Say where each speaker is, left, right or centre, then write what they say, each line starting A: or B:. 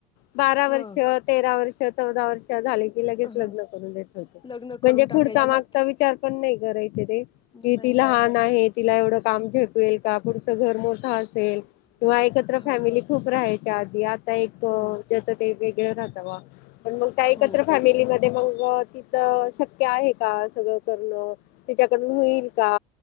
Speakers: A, on the left; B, on the left.
A: बारा वर्ष
B: हं
A: तेरा वर्ष चौदा वर्ष झाले की लगेच लग्न
B: हं
A: करून देत होते.
B: लग्न करून
A: म्हणजे
B: टाकायचे
A: पुढचा
B: मग
A: मागता
B: ते
A: विचार पण नाही करायचे ते कि
B: नाही
A: ती लहान
B: ना
A: आहे. तिला एवढं काम झेपेल पुढ घर मोठ असेल. किंवा एकत्र
B: हा
A: फॅमिली खूप राहायच्या आधी. एक
B: हो
A: त्या ते वेगळ राहतं पण, मग त्या एकत्र
B: हो
A: फॅमिली मध्ये मग तिथं शक्य आहे का, सगळं करणं तिच्याकडून होईल का?